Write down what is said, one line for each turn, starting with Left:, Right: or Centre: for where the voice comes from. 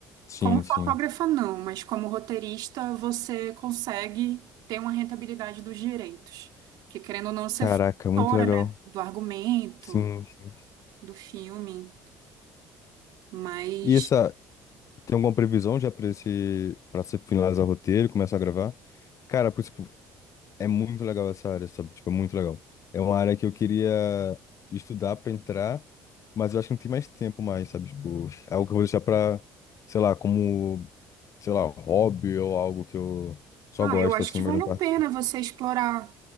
Left: Sim,
Right: como fotógrafa
Left: sim.
Right: não, mas como roteirista você consegue ter uma rentabilidade dos direitos. Porque querendo ou não, você
Left: Caraca,
Right: foi
Left: muito
Right: autora,
Left: legal.
Right: né, do argumento,
Left: Sim, sim.
Right: do filme, mas
Left: E essa, tem alguma previsão já pra esse, para você finalizar o roteiro, e começar a gravar? Cara, É muito legal essa área, sabe? Tipo, é muito legal. É uma área que eu queria estudar pra entrar, mas eu acho que não tem mais tempo mais, sabe? Tipo, é algo que eu vou deixar pra, sei lá, como, sei lá, hobby ou algo que eu só
Right: ah,
Left: gosto,
Right: eu acho
Left: assim,
Right: que vale
Left: mas não
Right: a
Left: participo.
Right: pena você explorar.